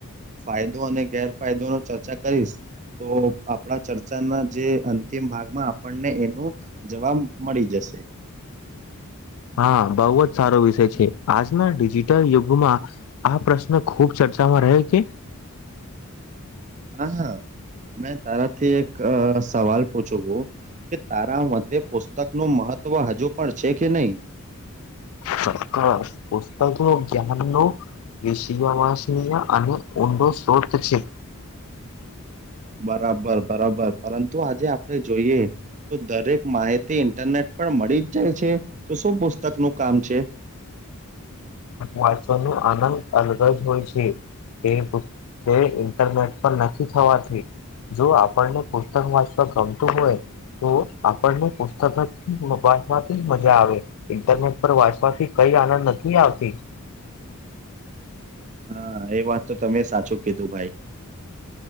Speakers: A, on the right; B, on the left.
A: ફાયદો, અને ગેરફાયદો ન ચર્ચા કરીશ તો આપણા, ચર્ચાના જે અંતિમ ભાગમાં આપણને એનું જવાબ, મળી જશે.
B: હા, બહ જ સારો વિષય છે. આજના ડિજિટલ યુગમાં આ પ્રશ્ન ખુબ ચર્ચામાં રહે છે.
A: હા, હા મેં તારાથી, એક સવાલ પૂછુ કે તારા મતે પુસ્તકનું મહત્ત્વ હજુ, પણ છે. કે નહીં?
B: <unintelligible> પુસ્તકો ધ્યાનનો, વિશયવાસનીય અને ઊંડો સ્ત્રોત છે.
A: બરાબર, બરાબર પરતુ આજે આપણે જોઈએ તો દરેક માહિતી ઇન્ટરનેટ, પણ મળી જ જાય છે, તો શું પુસ્તક નું કામ છે.
B: વાચ ન આનંદ અલગ, જ હોય છે. એ પ ઇન્ટરનેટ પર નથી, થવાતી જો આપણને, પુસ્તક વાચવા ગમતું હોય તો આપણને પુસ્તક વાંચવાથી મજા આવે ઇન્ટરનેટ પર વાંચવાથી ક આનંદ નથી આવતી
A: હા એ વાત તો તમે સાચું કીધું ભાઈ.